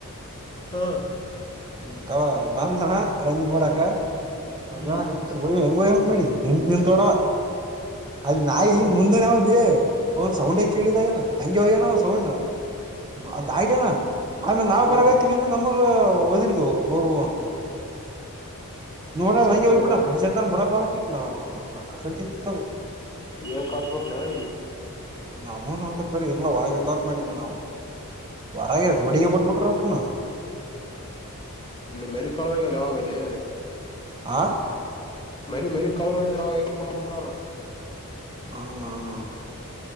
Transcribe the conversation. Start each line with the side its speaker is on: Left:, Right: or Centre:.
Left: ಹ್ಮ
Right: ಹ ಕವ ಬಂದನ ರನೀಂಗ್ ಓಡಾಕ ಬಂದನ
Left: ಹ್ಮ್
Right: ಸಿಯಿ ಹೆಂಗಯ ಮಾಡಿ ನಿಮ ನಿಮ ತೊಡವ ಅಲ್ಲಿ ನಾಯಿ
Left: ಹ್ಮ್
Right: ಮುಂದನೆ ಅವಾ ಅವನ್ ಸೌಂಡ್ ಕೇಳಿದಾಗ್ಯದ ಹಂಗೆ ಹೋಗ್ಯನ ಸೌಂಡ್ ಅದು ಆಯಟೇನಾ ಆಮೇಲೆ ನಾವು
Left: ಹ್ಮ್
Right: ಬರಗೈತೀವಿ ಹಿಂದು ನಮಗ ಒದಿರ್ದು ಬೋಬೋ ಅಂತ ನೋಡ
Left: ಸರ್ಗ್
Right: ಹಂಗೆೋಗ್ಬ
Left: ಹೋಗ್ಬೇಕು.
Right: ಬಿಡ ನ ಕಡಿಸಿ ಅತಾನ ಬಿಡ ನ ಪಕ್ಕ ಕಡಿಸಿತ
Left: <unintelligible>
Right: ನಮೂನು ಅಂತ ಪರಿ ಇರ್ಲ ಒಳಗ ಇರ್ತ ಅಂತ ಮಾಡಿದ್ದೆ ನಾವು ಹೊರಾಗ ರೋಡಿಗೆ ಬ ಬಿಟ್ಬಿಟ್ರೆ ರವಟ್ರನ
Left: ಮೆರುಕಳಾಗಲ್ಲ ಆಗಲಿ
Right: ಆ
Left: ಮರಿ ಮರಿ ಕಾಳ ಮಾಡಿದ್ರ ಅವ ಕೊಲ್ಲ ಪಟ್ರಾರ
Right: ಹ್ಮ್ ಹ್ಮ್